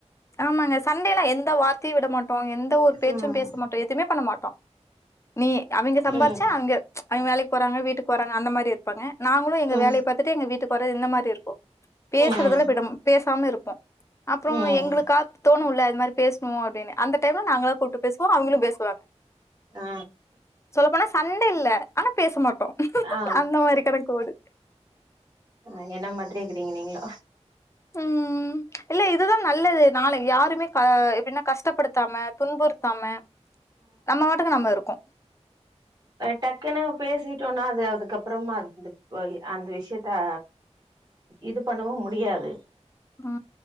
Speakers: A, on the left; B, on the right.
A: ஆமாங்க சண்டையில எந்த எந்த வார்த்தையும் விட மாட்டோ எந்த ஒரு பேச்சும்
B: ம்
A: பேச மாட்டோ எதுவுமே பண்ண மாட்டே நீ அவங்க சம்பாரிச்ச
B: ம்
A: அவங்க அவைங்க வேலைக்கு போறாங்க வீட்டு போறாங்க அந்த மாரி இருப்பாங்க நாங்களும் எங்க
B: ம்
A: வேலையை பாத்துட்டு எங்க வீட்டுக்கு வர்ரது இந்த மாரி இருக்கும் பேசுறதுல
B: ம்
A: பேசாம இருப்போம் ப்ப அப்புறோ
B: ம்
A: எங்களுக்காத் உள்ள அது மாரி பேசுணும் அப்பிடின்னு அந்த டைம்ல நாங்களும் கூப்புட்டு பேசுவோம் அவேங்களும் பேசுவாங்க
B: ஆ
A: சொல்ல போனா சண்ட இல்ல ஆனா பேச மாட்டோ
B: ஆ
A: அந்த மாரி கணக்கு ஓடு
B: அ என்ன மாதிரி இருக்குறீங்க நீங்களு
A: ம் இல்ல இது தான் நல்லது நாளை யாருமே எப்டின்னா கஷ்டப்படுத்தாம துன்புறுத்தாம நம்ம வாட்டுக்கு நம்ம இருக்கோ
B: டக்குனு பேசிட்டோனா அது அதுக்கப்புறமா அந்த அந்த விஷயத்த இது பண்ணவும் முடியாது
A: ஆ